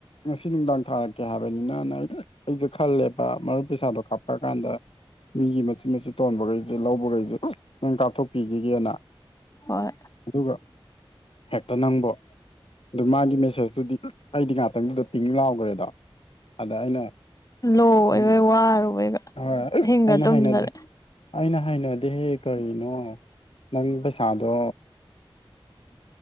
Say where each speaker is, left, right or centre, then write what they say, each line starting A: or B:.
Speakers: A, on the left (about 75°); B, on the left (about 40°).
A: ꯉꯁꯤ ꯅꯨꯡꯗꯥꯡ ꯊꯥꯔꯛꯀꯦ ꯍꯥꯏꯕꯅꯤꯅꯅ ꯑꯩ ꯑꯩꯁꯦ ꯈꯜꯂꯦꯕ ꯃꯔꯨꯞ ꯄꯩꯁꯥꯗꯣ ꯀꯥꯞ ꯀ ꯀꯥꯟꯗ ꯃꯤꯒꯤ ꯃꯆꯤꯟꯠ ꯃꯆꯨꯠ ꯇꯣꯟꯕꯈꯩꯁꯦ ꯂꯧꯕꯈꯩꯁꯦ ꯅꯪ ꯀꯥꯞꯊꯣꯛꯄꯤꯈꯤꯒꯦꯅ
B: ꯍ
A: ꯑꯗꯨꯒ ꯍꯦꯛꯇ ꯅꯪꯕ ꯑꯗꯨ ꯃꯥꯒꯤ ꯃꯦꯁꯦꯁꯇꯨꯗꯤ ꯑꯩꯗꯤ ꯉꯥꯛꯇꯪꯗꯨꯗ ꯄꯤꯡ ꯂꯥꯎꯈ꯭ꯔꯦꯗ ꯑꯗ ꯑꯩꯅꯝ
B: ꯂꯣ ꯑꯣꯏꯕꯩ ꯋꯥꯔꯨꯕꯩꯒ
A: ꯍꯣꯏ
B: ꯑꯍꯤꯡꯒ
A: ꯑꯩꯅ
B: ꯇꯨꯝꯗꯔꯦ
A: ꯍꯥꯏꯅꯗꯦ ꯑꯩꯅ ꯍꯥꯏꯩꯅꯗꯤ ꯀꯔꯤꯅꯣ ꯅꯪ ꯄꯩꯁꯥꯗꯣ
B: ꯎꯝ